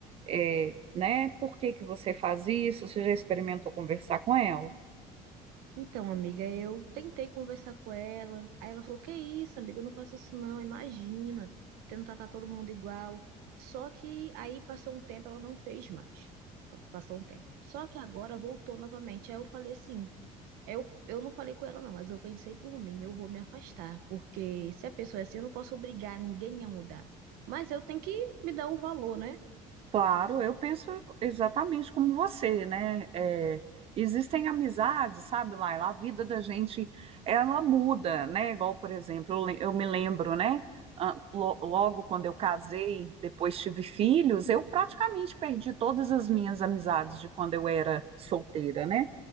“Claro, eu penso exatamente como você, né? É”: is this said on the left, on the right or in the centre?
Right